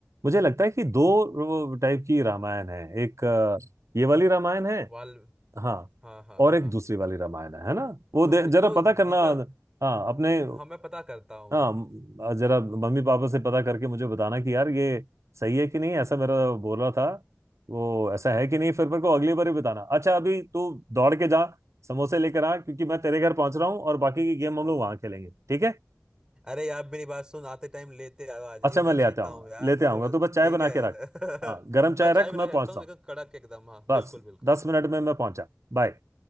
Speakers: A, on the right; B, on the right.
A: मुझे लगता है कि दो टाइप की रामायण है एक अ, ये वाली रामायण है
B: वाल
A: हाँ
B: हाँ हाँ
A: और एक
B: हाँ
A: दूसरी वाली रामायण है है ना वो
B: तो
A: दे-
B: जो
A: जरा पता करना
B: गीता
A: हाँ अपने
B: हाँ मैं पता करता हूँ
A: अ, हाँ जरा मम्मी पापा से पता करके मुझे बताना कि यार ये सही है कि नहीं ऐसा मेरा बोल रहा था वो ऐसा है कि नहीं फिर मेरे को अगली बार ही बताना अच्छा अभी तू दौड़ के जा समोसे लेकर आ क्योंकि मैं तेरे घर पहुंच रहा हूँ और बाकी की गेम हम लोग वहां खेलेंगे ठीक है
B: अरे यार मेरी बात सुन आते टाइम लेते आओ आ जाइयो
A: अच्छा मैं
B: मैं
A: ले
B: जीता
A: आता आऊंगा
B: हूँ यार
A: लेते
B: तो
A: आऊंगा
B: थोड़ा
A: तू बस चाय
B: ठीक
A: बना
B: है
A: के रख हाँ गर्म
B: <laughs>
A: चाय
B: मैं चाय
A: रख
B: बना
A: मैं
B: के
A: पहुंचता
B: रखता हूँ
A: हूँ
B: एकदम कड़क एकदम हाँ
A: बस
B: बिल्कुल बिल्कुल
A: दस मिनट में मैं पहुंचा बाय